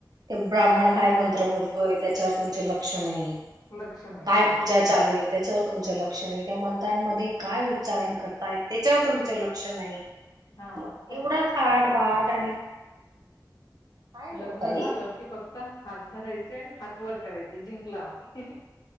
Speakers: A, on the right; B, on the left.
A: ते ब्राह्मण
B: हम्म
A: काय मंत्र बोलतोय त्याच्यावर तुमच लक्ष नाही.
B: लक्ष नाही
A: काय
B: काही
A: पूजा
B: नाही
A: चालू आहे? त्याच्यावर तुमच लक्ष नाही त्या मंत्रांमध्ये काय उच्चारण करतात. त्याच्यावर तुमच लक्ष नाही
B: हा
A: मग
B: फक्त
A: एवढा थाट बाट आणि काय नाही
B: लग्न
A: हो ताई
B: झाल की फक्त हात धरायचे हात वर करायचे जिंकल आम्ही.